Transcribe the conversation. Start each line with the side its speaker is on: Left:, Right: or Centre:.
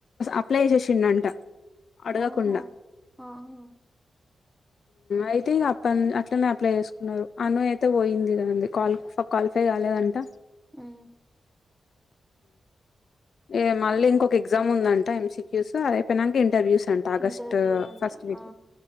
Left: అప్లై చేసిండ అంట అడగకుండా
Centre: ఓహో ఆహా
Left: అయితే ఇంక అప్పన్ అట్లనే అప్లై చేసుకున్నారు అను అయితే పోయింది దానిది కాల్ క్వాలిఫై కాలేదంట
Centre: ఉమ్
Left: ఎ మళ్ళీ ఇంకొక ఎగ్జామ్ ఉందంట ఎంసిక్యూస్ అదియిపోయినక ఇంటర్వ్యూస్ అంట ఆగస్ట్
Centre: ఇంటర్వ్యూ అంట
Left: ఫస్ట్ వీక్
Centre: ఆ